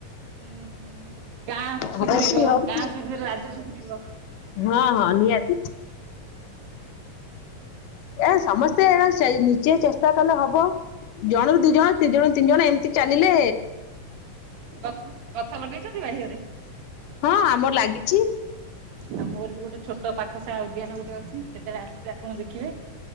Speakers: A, on the right; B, on the left.
A: ଉଁ, ଗାଁ ସୁଧୁରିବ
B: ହଉଛି ହଉଛି।
A: ଗାଁ ସୁଧୁରିଲେ ରାଜ୍ୟ ସୁଧୁରିବ।
B: ହଁ, ହଁ ନିହାତି। ଏ ସମସ୍ତେ ଏଟା ସେଇ ନିଜେ ଚେଷ୍ଟା କଲେ ହବ। ଜଣୁରୁ ଦି ଜଣ ଦି ଜଣ ରୁ ତିନି ଜଣ ଏମିତି ଚାଲିଲେ
A: ଗଛ ଗଛ ଲଗେଇଛନ୍ତି ବାରିଘରେ?
B: ହଁ ଆମର ଲାଗିଚି।
A: ଆ, ମୋର ବି ଗୋଟେ ଛୋଟ ପାଖଶାଳା ଉଦ୍ୟାନ ଗୋଟେ ଅଛି କେତେବେଳେ ଆସିବେ ଆପଣ ଦେଖିବେ।